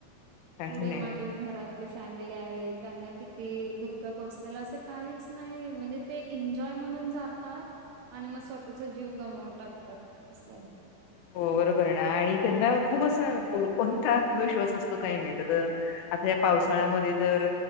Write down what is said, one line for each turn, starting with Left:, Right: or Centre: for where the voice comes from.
Left: काही
Right: पुढे
Left: नाही.
Right: माझे घरातली फॅमिली आहे त्यांना किती दुःख कोसलेल असं काहीच नाही म्हणजे ते एन्जॉय म्हणून जातात आणि मग स्वतःचा जीव गमावून टाकतात असं
Left: हो बर कर ना आणि त्यांना खूप असं कोणता आत्मविश्वास असतो काही माहित का आता या पावसाळ्यामध्ये तर